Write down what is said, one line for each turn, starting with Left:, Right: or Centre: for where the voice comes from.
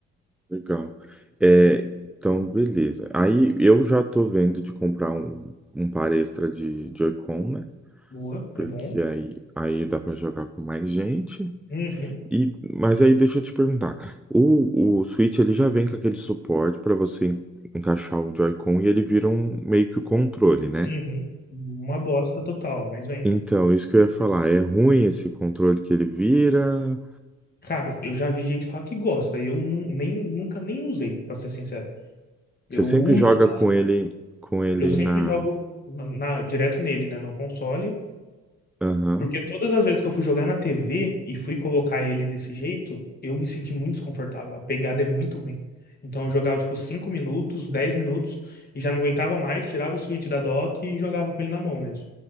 Centre: Legal. É, então, beleza. Aí eu já tô vendo de comprar um, um par extra de Joy-Con, né?
Left: Boa,
Centre: Porque
Left: é bom.
Centre: aí, aí dá para jogar com mais gente.
Left: Uhum,
Centre: E, mas aí deixa eu te perguntar. O, o Switch ele já vem com aquele suporte para você en- encaixar o Joy-Con e ele vira um meio que o controle, né?
Left: uhum. Uma bosta total, mas bem.
Centre: Então, isso que eu ia falar, é ruim esse controle que ele vira.
Left: Cara, eu já vi gente falar que gosta. e Eu nu- nem, nunca nem usei, pra ser sincero. Eu
Centre: Você sempre
Left: uso,
Centre: joga com ele com ele
Left: eu sempre
Centre: na.
Left: jogo na, na- direto nele, né? No console.
Centre: Aham,
Left: Porque todas as vezes que eu fui jogar na TV e fui colocar ele desse jeito, eu me senti muito desconfortável. A pegada é muito ruim. Então eu jogava tipo 5 minutos, 10 minutos e já não aguentava mais, tirava o switch da dock e jogava com ele na mão mesmo.